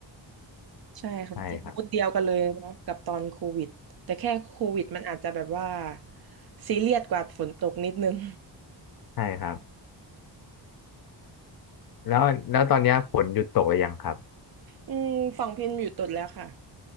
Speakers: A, on the right (about 55°); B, on the left (about 50°).
A: ใช่ค่ะจิตพูดเดียวกันเลยเนาะกับตอนโควิดแต่แค่โควิดมันอาจจะแบบว่า
B: ใช่ครับ
A: ซีเรียสกว่าฝนตกนิดนึง
B: ใช่ครับแล้วแล้วตอนเนี้ยฝนหยุดตกหรือยังครับ
A: อืมฝั่งพิมอยู่ตุดแล้วค่ะ